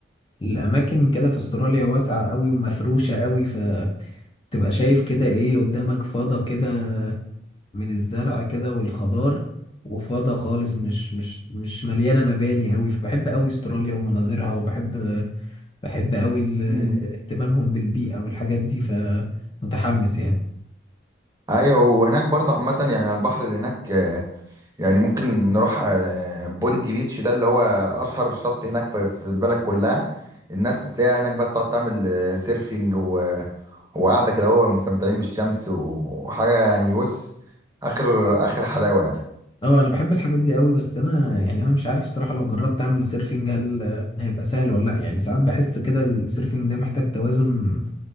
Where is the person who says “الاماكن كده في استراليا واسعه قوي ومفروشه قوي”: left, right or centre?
Left